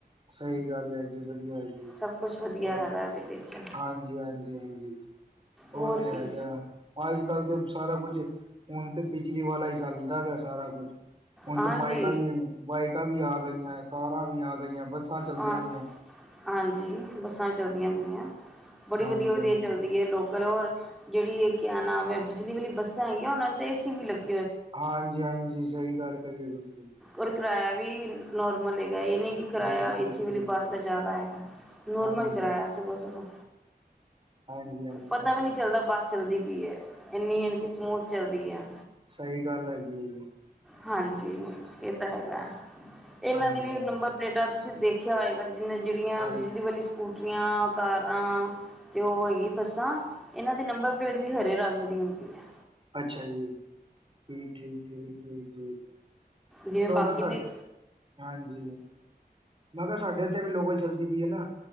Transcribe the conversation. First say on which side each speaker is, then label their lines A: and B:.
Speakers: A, on the right; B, in the centre.
A: ਸਹੀ ਗੱਲ ਹੈ ਜੀ ਵਧੀਆ ਜੀ
B: ਸਭ ਕੁਛ ਵਧੀਆ
A: ਔਰ
B: ਹੈਗਾ ਇਹਦੇ ਵਿੱਚ
A: ਹਾਂਜੀ ਹਾਂਜੀ ਹਾਂਜੀ ਉਹ
B: ਹੋਰ
A: ਤੇ ਹੈਗਾ
B: ਕੀ
A: ਅੱਜ ਕੱਲ੍ਹ ਤੇ ਸਾਰਾ ਕੁਜ ਹੁਨ ਤੇ ਬਿਜਲੀ ਵਾਲਾ ਹੀ ਚੱਲਦਾ ਪਿਆ ਸਾਰਾ ਕੁਛ ਹੁਣ
B: ਹਾਂਜੀ
A: ਤੇ ਬਾਈਕ ਵੀ ਬਾਈਕਾਂ ਵੀ ਆ ਗਈਆਂ। ਕਾਰਾਂ ਵੀ ਆ ਗਈਆਂ। ਬੱਸਾਂ ਚਲਦੀਆਂ
B: ਹਾਂ
A: ਪਈਆ।
B: ਹਾਂਜੀ ਬੱਸਾਂ ਚੱਲਦੀਆਂ ਪਈਆਂ ਬੜੀ
A: ਹਾਂਜੀ-ਹਾਂਜੀ,
B: ਵਧੀਆ, ਵਧੀਆ ਚੱਲਦੀ ਐ ਲੋਕ ਕਰੋ ਔਰ ਜਿਹੜੀ ਇਹ ਕਿਆ ਨਾਮ ਬਿਜਲੀ ਵਾਲੀ ਬੱਸਾਂ ਹੈਗੀਆਂ ਉਹਨਾਂ ਤੇ ਏ ਸੀ ਵੀ ਲੱਗੀ
A: ਹਾਂਜੀ -ਹਾਂਜੀ ਸਹੀ ਗੱਲ ਕਹੀਏ ਤੁਸੀਂ
B: ਔਰ ਕਿਰਾਇਆ ਵੀ ਨੋਰਮਲ ਹੈਗਾ। ਇਹ ਨਹੀਂ ਕਿ ਕਿਰਾਇਆ
A: ਬਿਲਕੁਲ
B: ਏਸੀ
A: ਜੀ
B: ਵਾਲੀ
A: ਬਿਲਕੁਲ,
B: ਬੱਸ ਦਾ ਜ਼ਿਆਦਾ ਹੈਗਾ। ਨੋਰਮਲ
A: ਹਾਂਜੀ-ਹਾਂਜੀ,
B: ਕਰਵਾਇਆ ਸਗੋਂ, ਸਗੋਂ।
A: ਹਾਂਜੀ, ਹਾਂਜੀ।
B: ਪਤਾ ਵੀ ਨਹੀਂ ਚੱਲਦਾ ਬੱਸ ਚੱਲਦੀ ਪਈ ਹੈ। ਇੰਨੀ ਐ ਕਿ ਸਮੂਥ ਚੱਲਦੀ ਆ।
A: ਸਹੀ ਗੱਲ ਹੈਗੀ ਏ ਜੀ,
B: ਹਾਂਜੀ ਇਹ ਤਾ ਹੈਗਾ, ਇਨਾਂ
A: ਹਾਂਜੀ-ਹਾਂਜੀ,
B: ਦੀ ਵੀ ਨੰਬਰ
A: ਹਾਂਜੀ।
B: ਪਲੇਟਾਂ ਤੁਸੀਂ ਦੇਖਿਆ ਹੋਏਗਾ ਜਿ ਜਿਹੜੀਆਂ
A: ਹਾਂਜੀ
B: ਬਿਜਲੀ ਵਾਲੀ ਸਕੂਟ ਟੀਆਂ ਕਾਰਾਂ ਤੇ ਉਹ ਹੈਗੀ ਬੱਸਾਂ ਇਹਨਾਂ ਦੀ ਨੰਬਰ ਪਲੇਟ ਵੀ ਹਰੇ ਰੰਗ ਦੀ ਹੁੰਦੀ ਐ।
A: ਅੱਛਾ ਜੀ ਠੀਕ, ਠੀਕ, ਠੀਕ, ਠੀਕ, ਠੀਕ
B: ਜਿਵੇਂ ਬਾਕੀ
A: ਹਾਂ <inaudible> ਸਾਡੇ
B: ਦੀ
A: ਹਾਂਜੀ ਮੈਂ ਕਿਹਾ ਸਾਡੇ ਇਥ ਵੀ ਲੋਕਲ ਚਲਦੀ ਪਈ ਐ ਨਾ।